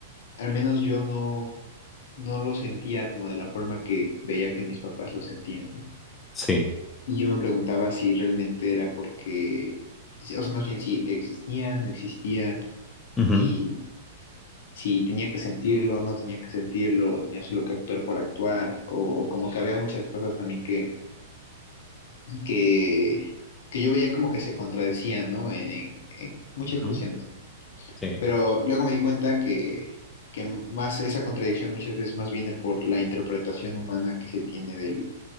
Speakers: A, on the left; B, on the left.
A: al menos yo no, no lo sentía como de la forma que veía que mis papás lo sentían, ¿no?
B: sí.
A: Y yo me preguntaba si realmente era porque, o sea, más bien si existía, no existía,
B: Ujú,
A: si, si tenía que sentirlo, no tenía que sentirlo, o tenía solo que actuar por actuar, o, o como que había muchas cosas también que, que, que yo veía como que se contradecían, ¿no? En, en muchas
B: ujú,
A: cuestiones.
B: sí,
A: Pero luego me di cuenta que, que más esa contradicción muchas veces más viene por la interpretación humana que se tiene del-